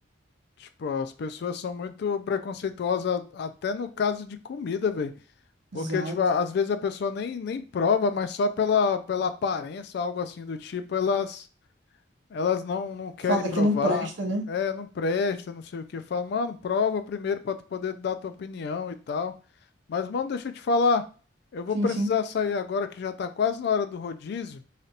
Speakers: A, on the left; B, on the right.
A: Tipo, as pessoas são muito preconceituosas, a- até no caso de comida, velho. Porque,
B: Exato.
A: tipo, às vezes a pessoa nem, nem prova, mas só pela, pela aparência, algo assim do tipo, elas, elas não, não querem
B: Fala
A: provar.
B: que não presta, né?
A: É, não presta, não sei o que. Fala, mano, prova primeiro pra tu poder dar tua opinião e tal. Mas, mano, deixa eu te falar. Eu vou
B: Sim,
A: precisar
B: sim.
A: sair agora que já tá quase na hora do rodízio.